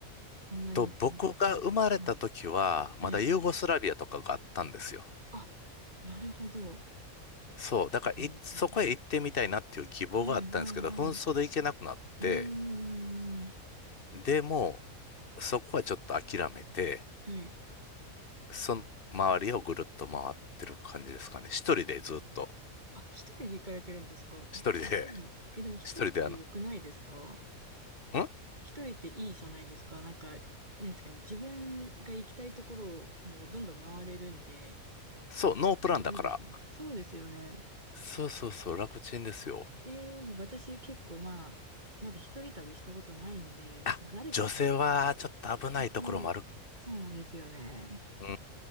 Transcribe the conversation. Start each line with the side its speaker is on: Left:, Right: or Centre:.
Right: そんなに行かれてて。
Left: と、僕が生まれた時は、
Right: はい。
Left: まだユーゴスラビアとかがあったんですよ。
Right: はいあ、なるほど。そうなんですね。
Left: そう、だからい、そこへ行ってみたいなっていう希望があったんですけど、
Right: はい、はい、はい。
Left: 紛争で行けなくなって、
Right: うんん。
Left: でも、そこはちょっと諦めて、
Right: はい。
Left: その周りをぐるっと回ってる感じですかね。一人でずっと、
Right: あ、一人で行かれてるんですかえ、
Left: 一人で
Right: すごいね。え、でも一人って良くないですか
Left: 一人であの、ん
Right: 一人っていいじゃないですか。なんか、なんですかね。自分が行きたいところをもうどんどん回れるんで、
Left: そう、ノープランだから。
Right: いいですよね。そうですよね。
Left: そうそうそう、楽ちんですよ。
Right: えー、なんか私結構まあ、まだ一人旅したことないんで、
Left: あ、
Right: その誰かと、
Left: 女性はちょっと危ないところもある。
Right: そう、そうなんですよね。
Left: うー